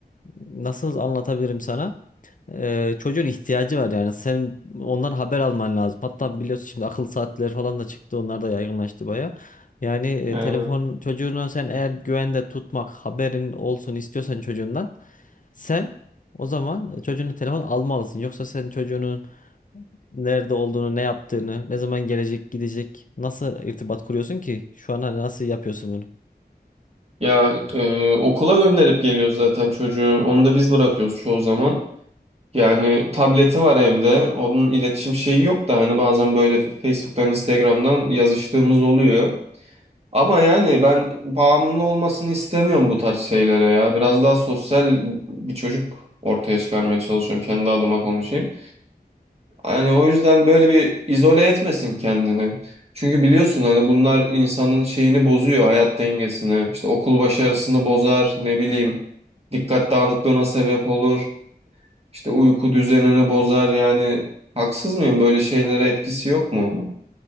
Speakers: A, on the left; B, on the right.
A: nasıl anlatabilirim sana? Ee, çocuğun ihtiyacı var yani sen ondan haber alman lazım. Hatta biliyorsun şimdi akıl saatleri falan da çıktı onlar da yaygınlaştı baya. Yani e,
B: Ee,
A: telefon çocuğunu sen eğer güvende tutmak haberin olsun istiyorsan çocuğundan sen o zaman çocuğunu telefon almalısın. Yoksa sen çocuğunun nerede olduğunu, ne yaptığını, ne zaman gelecek, gidecek, nasıl irtibat kuruyorsun ki? Şu an hani nasıl yapıyorsun bunu?
B: ya e, okula gönderip geliyoruz zaten çocuğu. Onu da biz bırakıyoruz çoğu zaman. Yani tableti var evde. Onun iletişim şeyi yok da hani bazen böyle Facebook'tan, Instagram'dan yazıştığımız oluyor. Ama yani ben bağımlı olmasını istemiyorum bu tarz şeylere ya. Biraz daha sosyal bir çocuk ortaya çıkarmaya çalışıyorum. Kendi adıma konuşayım. Hani o yüzden böyle bir izole etmesin kendini. Çünkü biliyorsun hani bunlar insanın şeyini bozuyor, hayat dengesini. İşte okul başarısını bozar, ne bileyim. Dikkat dağınıklığına sebep olur. İşte uyku düzenini bozar yani. Haksız mıyım? Böyle şeylere etkisi yok mu?